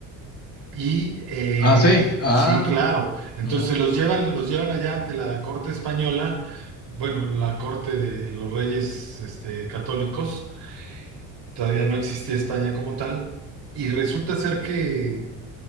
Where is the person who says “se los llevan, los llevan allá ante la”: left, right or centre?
Right